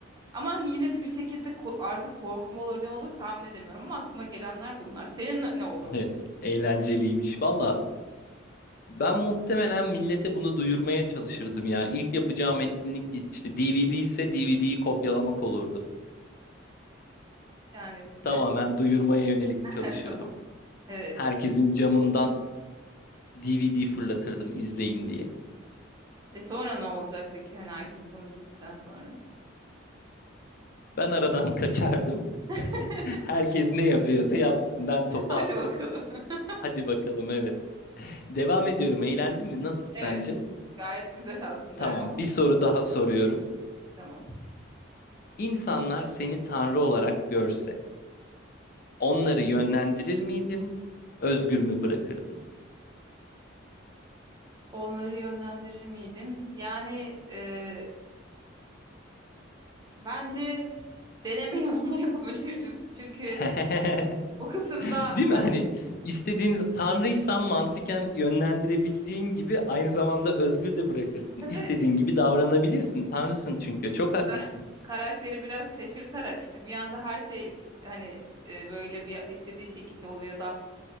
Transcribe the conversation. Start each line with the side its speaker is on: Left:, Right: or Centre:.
Right: Ama yine de bir şekilde ko- artık korkum olur ne olur tahmin edemiyorum ama aklıma gelenler bunlar. Senin ne ne olurdu?
Left: Evet,
Right: peki?
Left: eğlenceliymiş. Valla ben muhtemelen millete bunu duyurmaya çalışırdım ya. İlk yapacağım
Right: Hmm.
Left: etkinlik işte DVD ise DVD'yi kopyalamak olurdu.
Right: Yani ne-
Left: Tamamen duyurmaya yönelik
Right: <laughs>
Left: çalışırdım.
Right: tamam. Evet.
Left: Herkesin camından DVD fırlatırdım izleyin diye.
Right: E sonra ne olacak peki? Hani herkes bunu bildikten sonra.
Left: Ben aradan kaçardım.
Right: <laughs>
Left: <laughs> Herkes ne yapıyorsa yapsın. Ben topu
Right: Hadi
Left: attım.
Right: bakalım. <laughs>
Left: Hadi bakalım evet. Devam ediyorum. Eğlendin mi? Nasıl sence?
Right: Evet. Gayet güzel aslında
Left: Tamam,
Right: yani olabilir.
Left: bir soru daha soruyorum.
Right: Tamam.
Left: İnsanlar seni tanrı olarak görse, onları yönlendirir miydin? Özgür mü bırakırdın?
Right: Onları yönlendirir miydim? Yani e, bence ş- deneme yanılma <laughs> yapabilirdim. Çünkü
Left: <laughs>
Right: bu kısımda
Left: Değil mi?
Right: hani,
Left: Hani istediğin tanrıysan mantıken yönlendirebildiğin gibi aynı zamanda özgür de bırakırsın.
Right: evet
Left: İstediğin gibi davranabilirsin. Tanrısın çünkü. Çok haklısın.
Right: kara- karakteri biraz şaşırtarak işte bir anda her şey hani e, böyle bir istediği şekilde oluyor da